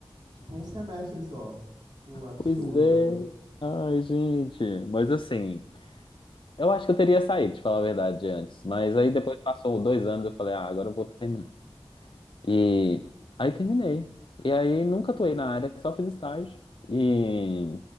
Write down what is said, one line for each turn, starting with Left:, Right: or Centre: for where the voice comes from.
Right: Tipo um semestre só. Tipo, absurdo.
Left: Pois é.
Right: Eu...
Left: Ai, gente. Mas assim, eu acho que eu teria saído, te falar a verdade, antes. Mas aí depois passou dois anos, eu falei, ah, agora eu vou terminar. E aí terminei. E aí nunca atuei na área, só fiz estágio. E,